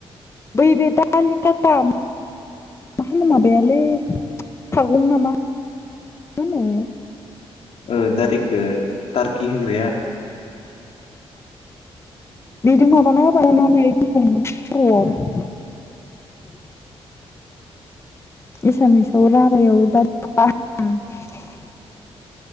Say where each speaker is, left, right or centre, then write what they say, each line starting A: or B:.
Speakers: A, on the left (about 25°); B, on the left (about 70°).
A: बै बे दालि खाटा मा <unintelligible> माबायालै सागं ना मा होनो?
B: ओ दारिखो तारकि होग्राया?
A: बेदों माबाना होबा <unintelligible> एसामिसाव राभायाव दा <unintelligible>